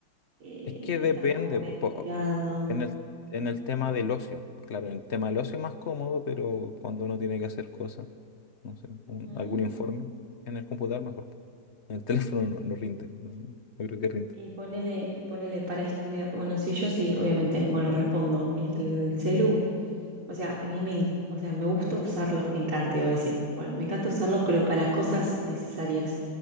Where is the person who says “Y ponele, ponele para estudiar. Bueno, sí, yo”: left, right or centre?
Right